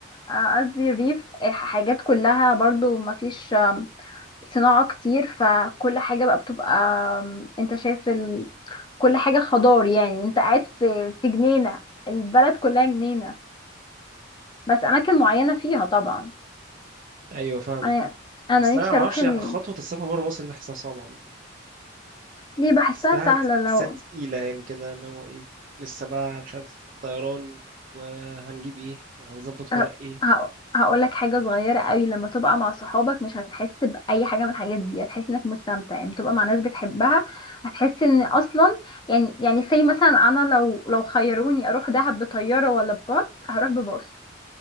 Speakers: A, on the left; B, on the right.
A: آه، قصدي الريف آه، حاجات كلها برضو مفيش آم، صناعة كتير فكل حاجة بقى بتبقى آم، انت شايف ال... كل حاجة خضار يعني انت قاعد في في جنينة البلد كلها جنينة بس اماكن معينة فيها طبعا
B: ايوه فاهم
A: انا انا
B: بس انا
A: نفسي
B: ما
A: اروح
B: اعرفش
A: ال...
B: خطوة السفر بره مصر دي بحسها صعبة
A: ليه بحسها
B: الساعة
A: سهلة لو
B: تسعة تقيلة يعني كده اللي هو ايه لسه بقى مش عارف طيران وهنجيب ايه وهنظبط
A: ه-
B: ورق ايه
A: ه- هقولك حاجة صغيرة قوي لما تبقى مع صحابك مش هتحس بأي حاجة من الحاجات دي هتحس انك مستمتع يعني تبقى مع ناس بتحبها هتحس ان اصلا يعني يعني سي مثلا انا لو لو خيروني اروح دهب بطيارة ولا بباص هروح بباص